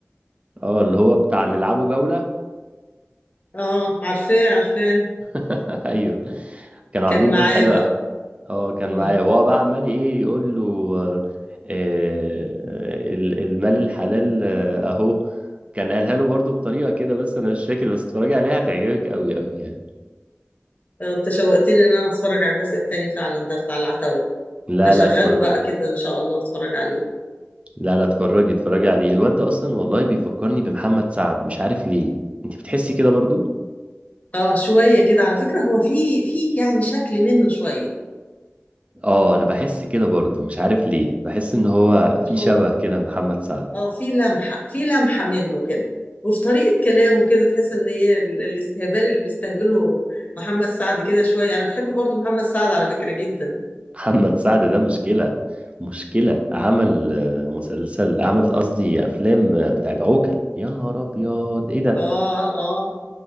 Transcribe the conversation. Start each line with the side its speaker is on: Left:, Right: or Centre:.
Right: اه اللي هو بتاع نلعبه جوله
Left: اه عارفاه عارفاه
Right: <laughs> ايوه كانوا
Left: كان
Right: عاملين
Left: معاه
Right: دور حلو
Left: بقى
Right: قوي اه كان
Left: امم
Right: معايا وهو بقى عمال ايه يقول له آه، آه، ال- المال الحلال آه، اهو كان قالها له برضو بطريقة كده بس انا مش فاكر بس اتفرجي عليها هتعجبك قوي قوي يعني
Left: انت شوقتني ان انا اتفرج على الجزء التاني فعلا ده بتاع العتاولة
Right: لا
Left: هشغله
Right: لا اتفرجي
Left: بقى كده ان شاء الله اتفرج عليه
Right: لا لا اتفرجي اتفرجي عليه الواد ده اصلا والله بيفكرني بمحمد سعد مش عارف ليه انت بتحسي كده برضو
Left: اه شوية كده على فكرة هو في في يعني شكل منه شوية
Right: اه انا بحس كده برضو مش عارف ليه بحس ان هو في
Left: هو
Right: شبه كده محمد سعد
Left: اه في لمحة في لمحة منه كده وفي طريقة كلامه كده تحس ان هي ال- الاستهبال اللي بيستهبله محمد سعد كده شوية انا بحب برضو محمد سعد على فكرة جدا
Right: محمد سعد ده مشكلة مشكلة عمل آه، مسلسل عمل قصدي أفلام آه، بتاعت عوكل يا نهار أبيض إيه ده
Left: اه اه